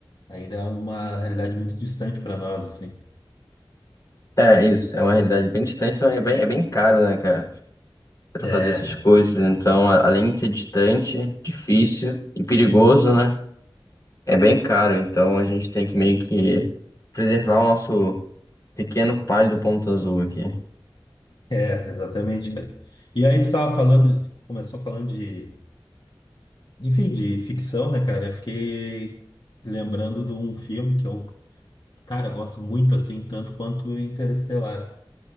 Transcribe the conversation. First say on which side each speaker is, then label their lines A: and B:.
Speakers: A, on the left; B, on the left.
A: Ainda é uma realidade muito distante para nós, assim.
B: É, isso, é uma realidade bem distante também, é bem, é bem caro, né, cara, pra
A: É,
B: fazer essas coisas. Então, a- além de ser distante, difícil e perigoso, né, é bem caro. Então, a gente tem que meio que preservar o nosso pequeno pálido ponto azul aqui.
A: É, exatamente, cara. E aí tu tava falando, tu começou falando de, enfim, de ficção, né, cara? Eu fiquei lembrando de um filme que eu, cara, eu gosto muito, assim, tanto quanto Interestelar.